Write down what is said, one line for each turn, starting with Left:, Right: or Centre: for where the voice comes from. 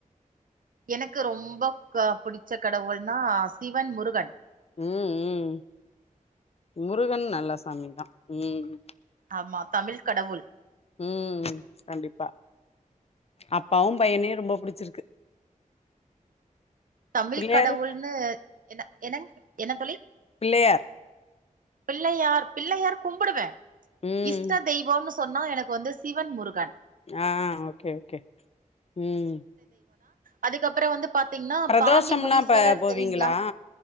Right: எனக்கு ரொம்ப புடிச்ச கடவுள்னா சிவன் முருகன்
Left: ம் ம் முருகன் நல்ல சாமிதான் ம்
Right: ஆமா தமிழ் கடவுள்
Left: ம் கண்டிப்பா அப்பாவும் பையனையும் ரொம்ப புடிச்சிருக்கு
Right: தமிழ்
Left: பிள்ளையாரு
Right: கடவுள்னு என்ன என்னங் என்ன தோழி
Left: பிள்ளயார்
Right: பிள்ளயார் பிள்ளயார் கும்புடுவேன்
Left: ம்
Right: இஷ்ட தெய்வனு சொன்னா எனக்கு வந்து சிவன் முருகன்
Left: ஆ ஆ ஓகே ஓகே ம்
Right: அதுக்கப்புறம் வந்து பாத்தீங்கனா
Left: பிரதோஷம்லா
Right: பாண்டி முனீஸ்வரர்
Left: இப்ப போவீங்களா
Right: தெரியுங்களா